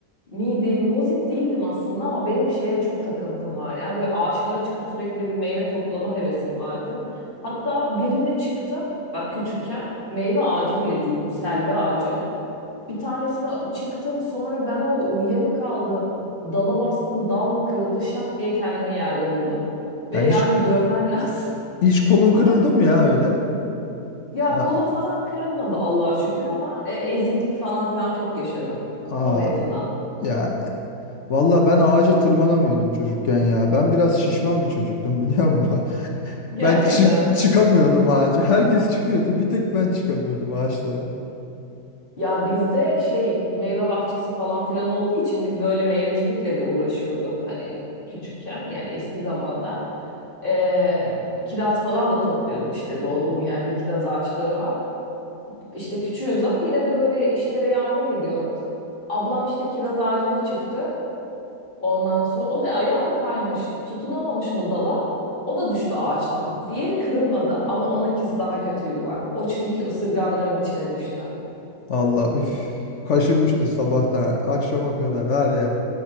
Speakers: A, on the left; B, on the left.
A: miydim? Muzip değildim aslında ama benim şeye çok takıntım var. Ya böyle ağaçlara çıkıp sürekli bir meyve toplama hevesim vardı. Hatta birine çıktım. Bak küçükken meyve ağacı bile değil bu selvi ağacı. Bir tanesine çıktım sonra ben orada uyuya mı kaldım? Dala bastım dal mı kırıldı şak diye kendimi yerde buldum. Ve
B: Ya hiç,
A: yani görmen lazım.
B: hiç kolun
A: <laughs> O
B: kırıldı
A: kadar
B: mı ya öyle?
A: ya
B: A-
A: kolum falan kırılmadı Allah'a şükür ama e, eziklik falan filan çok yaşadım
B: Aa,
A: o mevzudan.
B: yani. Valla ben ağaca tırmanamıyordum çocukken ya. Ben biraz şişman bir çocuktum biliyor musun? <laughs>
A: Gerçekten.
B: Ben çı- çıkamıyordum ağaca. Herkes çıkıyordu. Bir tek ben çıkamıyordum ağaçlara.
A: Ya bizde şey meyve bahçesi falan filan olduğu için biz böyle meyvecilikle de uğraşıyorduk. Hani küçükken yani eski zamanda. E, kiraz falan da topluyorduk işte doğduğum yerde kiraz ağaçları var. İşte küçüğüz ama yine de böyle işlere yardım ediyoruz. Ablam işte kiraz ağacına çıktı. Ondan sonra o da ayağı mı kaymış, tutunamamış mı dala? O da düştü ağaçtan. Bir yeri kırılmadı ama onunkisi daha kötüydü bak. O çünkü ısırganların içine düştü.
B: Valla üf. Kaşınmıştır sabahtan akşama kadar var ya.